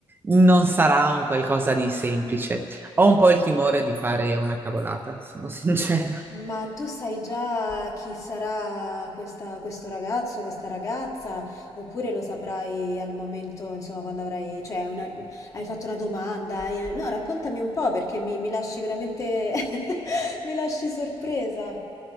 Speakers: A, on the right; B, on the left.
A: non sarà un qualcosa di semplice. Ho un po' il timore di fare una cavolata, sono sincera.
B: Ma tu sai già chi sarà questa- questo ragazzo, questa ragazza, oppure lo saprai al momento, insomma, quando avrai, cioè, una- hai fatto una domanda? Eh, No, raccontami un po' perché mi, mi lasci veramente, <laughs> mi lasci sorpresa.